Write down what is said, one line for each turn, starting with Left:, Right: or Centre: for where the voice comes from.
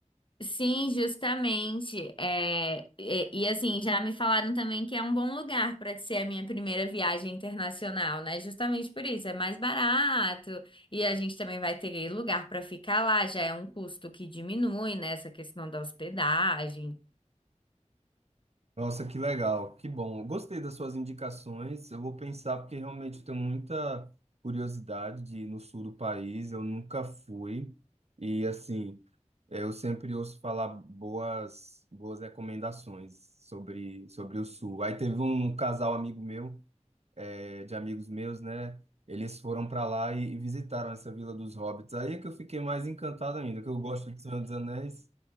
Left: Sim, justamente. É, e, e, assim, já me falaram também que é um bom lugar para ser a minha primeira viagem internacional, né? Justamente por isso, é mais barato e a gente também vai ter lugar para ficar lá, já é um custo que diminui, né? Essa questão da hospedagem.
Right: Nossa, que legal, que bom. Gostei das suas indicações. Eu vou pensar, porque realmente eu tenho muita curiosidade de ir no sul do país, eu nunca fui. E assim, eh, eu sempre ouço falar boas, boas recomendações sobre, sobre o sul. Aí teve um casal amigo meu eh, de amigos meus, né? Eles foram para lá e, e visitaram essa Vila dos Hobbits. Aí é que eu fiquei mais encantado ainda, que eu gosto de Senhor dos Anéis.